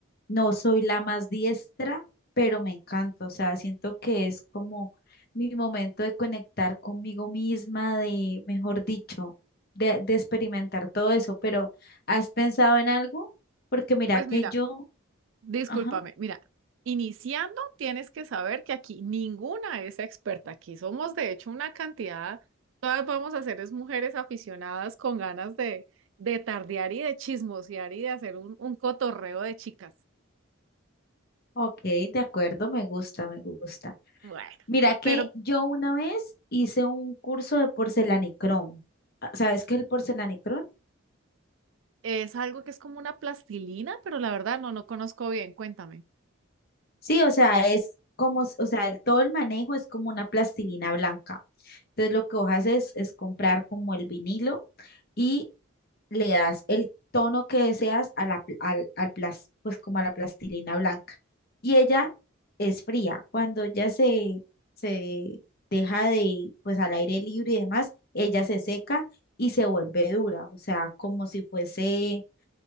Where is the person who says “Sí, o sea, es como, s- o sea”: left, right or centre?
Left